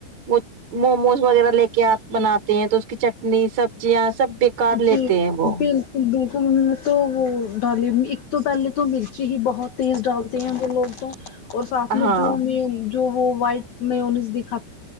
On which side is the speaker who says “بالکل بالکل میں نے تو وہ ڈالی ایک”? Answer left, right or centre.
Left